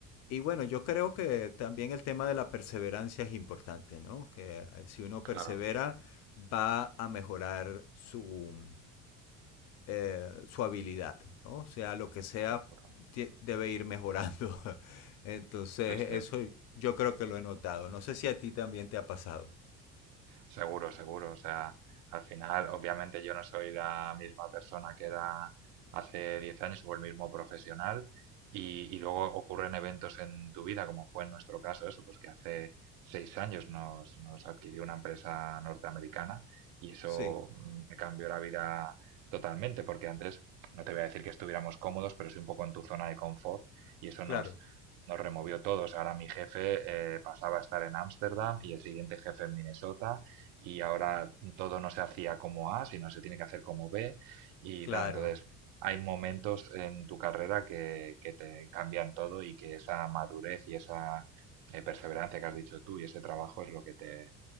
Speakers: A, on the left (about 55°); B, on the right (about 70°).
A: y bueno, yo creo que también el tema de la perseverancia es importante, ¿no? Que eh, si uno persevera,
B: Claro,
A: va a mejorar su, eh, su habilidad, ¿no? O sea, lo que sea,
B: seguro.
A: tie- debe ir mejorando. <laughs> Entonces,
B: Sí, sí.
A: eso yo creo que lo he notado. No sé si a ti también te ha pasado.
B: Seguro, seguro. O sea, al final, obviamente yo no soy la misma persona que era hace 10 años o el mismo profesional y, y luego ocurren eventos en tu vida, como fue en nuestro caso, eso, pues que hace seis años nos, nos adquirió una empresa norteamericana y eso
A: Sí,
B: mm, me cambió la vida totalmente, porque antes no te voy a decir que estuviéramos cómodos, pero sí un poco en tu zona de confort y eso
A: claro,
B: nos, nos removió todos. Ahora mi jefe eh, pasaba a estar en Ámsterdam y el siguiente jefe en Minnesota y ahora todo no se hacía como A, sino se tiene que hacer como B y
A: claro,
B: tal. Entonces, hay momentos en tu carrera que, que te cambian todo y que esa madurez y esa eh, perseverancia que has dicho tú y ese trabajo es lo que te,